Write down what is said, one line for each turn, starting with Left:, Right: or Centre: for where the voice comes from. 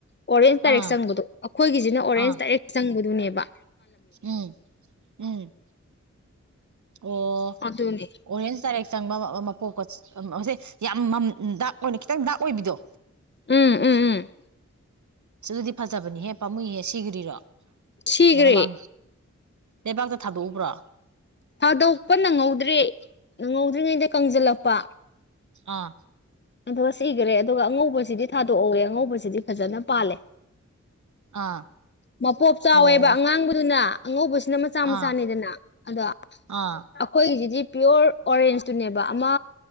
Left: ꯑꯣꯔꯦꯟꯖ ꯗꯥꯏꯔꯦꯛ
Right: ꯑꯥ
Left: ꯆꯪꯕꯗꯣ ꯑꯩꯈꯣꯏꯒꯤꯁꯤꯅ ꯑꯣꯔꯦꯟꯁ
Right: ꯑꯥ
Left: ꯗꯥꯏꯔꯦꯛ ꯆꯪ ꯕꯗꯨꯅꯦꯕ
Right: ꯎꯝ ꯎꯝ ꯑꯣ
Left: ꯑꯗꯨꯅꯦ
Right: ꯑꯣꯔꯦꯟꯁ ꯗꯥꯏꯔꯦꯛ ꯆꯪꯕ ꯑꯃ <unintelligible> ꯌꯥꯝ ꯃꯝ ꯗꯥꯛ ꯑꯣꯏꯅ ꯈꯤꯇꯪ ꯗꯥꯛ ꯑꯣꯏꯕꯤꯗꯣ
Left: ꯎꯝ ꯎꯝ ꯎꯝ
Right: ꯑꯗꯨꯗꯤ ꯐꯖꯕꯅꯤꯍꯦ ꯄꯥꯃꯨꯏꯌꯦ ꯁꯤꯒ꯭ꯔꯤꯔꯣ
Left: ꯁꯤꯒ꯭ꯔꯦ
Right: ꯐꯖꯅ ꯃꯥꯡ ꯂꯩꯕꯥꯛꯇ ꯊꯥꯗꯣꯛꯎꯕ꯭ꯔꯣ
Left: ꯊꯥꯗꯣꯛꯄ ꯅꯪꯍꯧꯗ꯭ꯔꯦ ꯅꯪꯍꯧꯗ꯭ꯔꯤꯉꯩꯗ ꯀꯪꯖꯤꯜꯂꯛꯄ
Right: ꯑꯥ
Left: ꯑꯗꯨꯒ ꯁꯤꯒ꯭ꯔꯦ ꯑꯗꯨꯒ ꯑꯉꯧꯕꯁꯤꯗꯤ ꯊꯥꯗꯣꯛꯍꯧꯋꯦ ꯑꯉꯧꯕꯁꯤꯗꯤ ꯐꯖꯅ ꯄꯥꯜꯂꯦ
Right: ꯑꯥ
Left: ꯃꯄꯣꯞ ꯆꯥꯎꯋꯦꯕ
Right: ꯑꯣ
Left: ꯑꯉꯥꯡꯕꯗꯨꯅ ꯑꯉꯧꯕ ꯁꯤꯅ ꯃꯆꯥ ꯃꯆꯥꯅꯤꯗꯅ
Right: ꯑꯥ
Left: ꯑꯗ
Right: ꯑꯥ
Left: ꯑꯩꯈꯣꯏꯒꯤꯖꯤꯗꯤ ꯄꯤꯌꯣꯔ ꯑꯣꯔꯦꯟꯖꯇꯨꯅꯦꯕ ꯑꯃ